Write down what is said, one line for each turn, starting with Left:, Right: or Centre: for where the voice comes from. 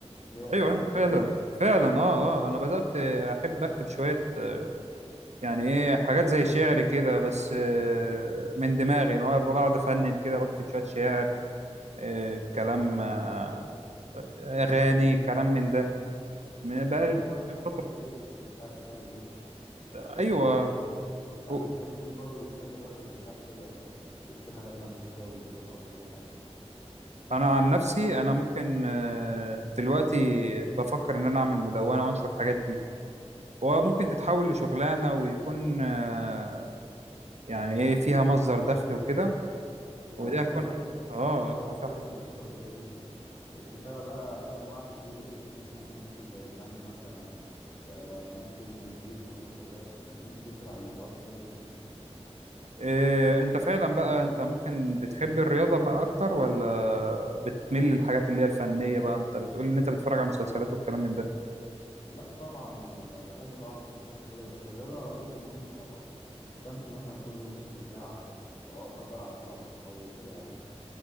Left: زي الرسم
Right: أيوه أيوه
Left: كده
Right: فعلا
Left: يعني
Right: فعلا أه أه أنا بدأت أحب أكتب شوية آه، يعني إيه حاجات زي شعر كده بس آه، من دماغي إن هو بقعد أفنن كده بكتب شوية شعر آه، كلام آه، أغاني كلام من ده من- بقى
Left: هي دي هواية
Right: من فترة
Left: كويسة جدا بتاع الشعر دي بس
Right: أيوه
Left: آه، التعبير
Right: و-
Left: بالكلام برضه بيخلي الواحد يرتاح كده ويكتب حاجة لنفسه كده وينشرها وكده يعني
Right: أنا عن نفسي أنا ممكن آه، دلوقتي بفكر إن أنا أعمل مدونة وأنشر الحاجات دي وممكن تتحول لشغلانة ويكون آه، يعني ايه فيها مصدر دخل وكده
Left: هي
Right: ودي
Left: حلوة
Right: هتكون
Left: جدا
Right: اه
Left: حلوة
Right: هتكون صح
Left: جدا وفكرة كويسة جدا الكتابة بقى فيها أنواع كتير في ممكن تكتب زي الفن مثلا آه، ممكن مزيكا ممكن رسم ممكن تكتب عن موضوعات كتيرة جدا
Right: إيه انت فعلا بقى انت ممكن بتحب الرياضة بقى اكتر ولا بتميل للحاجات اللي هي الفنية بقى انت بتقول ان انت بتتفرج على مسلسلات والكلام من ده
Left: لا طبعا آه، بحب طبعا المسلسلات وكده بس الرياضة جزء مهم طبعا بمشي مثلا كل يوم نص ساعة وأقعد بلعب كورة مع أصحابي وكده